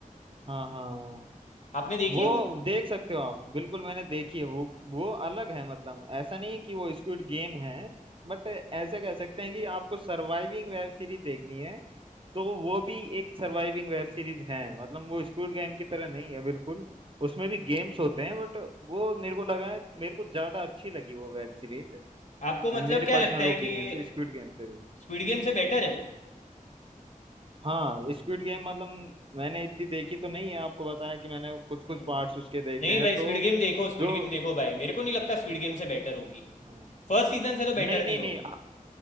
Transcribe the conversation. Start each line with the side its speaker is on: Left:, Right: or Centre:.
Right: हाँ हाँ
Left: आपने देखी
Right: वो
Left: है वो
Right: देख सकते हो आप बिल्कुल मैंने देखी है वो वो अलग है मतलब ऐसा नहीं कि वो स्क्विड गेम है बट ऐसा कह सकते हैं कि आपको सर्वाइविंग वेब सीरीज देखनी है तो वो भी एक सर्वाइविंग वेब सीरीज है मतलब वो स्क्विड गेम की तरह नहीं है बिल्कुल उसमें भी गेम्स होते हैं बट वो मेरे को लगा है मेरे को ज्यादा अच्छी लगी वो वेब सीरीज
Left: आपको मतलब
Right: मेरे
Left: क्या
Right: पर्सनल
Left: लगता है
Right: ओपिनियन
Left: कि
Right: से स्क्विड गेम से भी
Left: स्क्विड गेम से बेटर है वो
Right: हाँ स्क्विड गेम मतलब मैंने इतनी देखी तो नहीं है आपको बताया कि मैंने कुछ कुछ
Left: हम्म।
Right: पार्ट्स उसके देखे
Left: नहीं
Right: हैं
Left: भाई
Right: तो
Left: स्क्विड गेम देखो स्क्विड
Right: जो
Left: गेम देखो भाई मेरे को नहीं लगता स्क्विड गेम से बेटर होगी
Right: हाँ।
Left: फर्स्ट सीजन से तो
Right: नहीं
Left: बेटर
Right: नहीं
Left: नहीं होगी
Right: नहीं